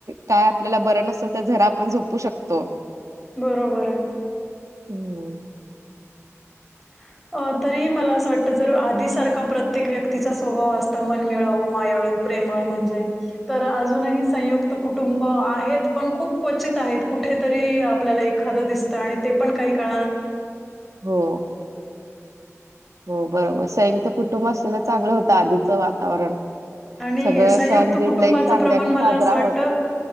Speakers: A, on the right (about 80°); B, in the centre.
A: काय आपल्याला बरं नसतल तर जरा आपण झोपू शकतो
B: बरोबर आहे
A: हम्म
B: <unintelligible> अ तरी मला असं वाटतं जर आधीसारखा प्रत्येक व्यक्तीचा स्वभाव असता मनमिळावू मायाळू प्रेमळ म्हणजे तर अजूनही संयुक्त कुटुंब आहेत पण खूप क्वचित आहेत कुठेतरी आपल्याला एक दितण काही का
A: हो हो बरोबर सयुक्त कुटुंब असलेलं चांगलं होतं आधीचं वातावरण
B: आणि
A: सगळं
B: संयुक्त
A: सण बिन
B: कुटुंबाचं
A: लई चांगल्याने
B: प्रमाण
A: साजरा
B: मला असं वाटतं
A: होत